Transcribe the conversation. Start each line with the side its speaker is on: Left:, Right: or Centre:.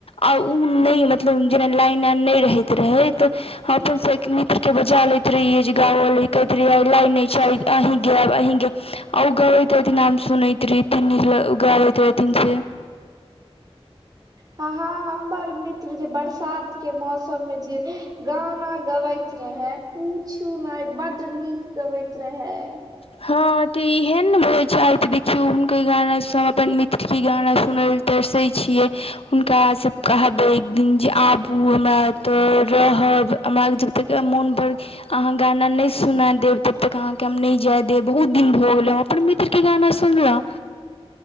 Left: आ उ नय मतलब जेना लाइन। नय रहैत रहै तऽ, हम अपन मित्र के बजा लैत रहियै जे गाओ लइते। लय नै छै अहीं गैब अहीं गै, ओ गबैत रहथिन हय सुनैत रही। तीन न ल उगाबैत रहथिन से।
Right: हँ हं हमर मित्र जे बरसात के मौसम मे जे गाना गबैत रहै। पूछू नय बड्ड नीक गबैत रहै।
Left: हँ तऽ एहै ने होइ छै आय त देखियौ हुनके गानाँ हम अपन मित्रके गाना सुनबय्- तरसै छियै हुनकासँ कहबै एक दिन जे आबू हमरा एतऽ रहब। हमरा जबतक मोन भर अहाँ गाना नय सुना देब तब तक अहाँके हम नय जाय दे- दे बहुत दिन भऽ गेलय हमश्र अपन मित्रके गाना सुनला।